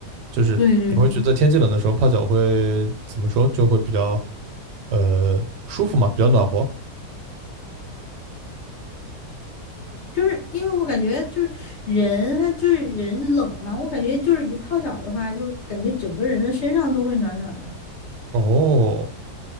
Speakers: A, on the right; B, on the left.
A: 就是你会觉得天气冷的时候泡脚会怎么说，
B: 对对对，
A: 就会比较呃舒服嘛，比较暖和。
B: 就是因为我感觉就是人，他就是人冷嘛，我感觉就是一泡脚的话，就感觉整个人的身上都会暖暖的。
A: 哦，